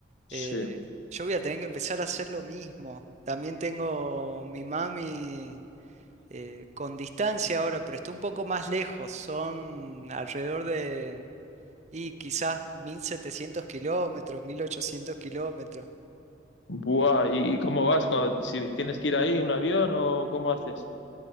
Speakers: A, on the right (about 40°); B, on the left (about 80°).
A: Eh,
B: Sí.
A: yo voy a tener que empezar a hacer lo mismo. También tengo mi mami eh, con distancia ahora, pero está un poco más lejos. Son alrededor de, y quizás 1700 kilómetros, 1800 kilómetros.
B: Buah, ¿y, y cómo vas? Cuando, si tienes que ir ahí, un avión o cómo haces?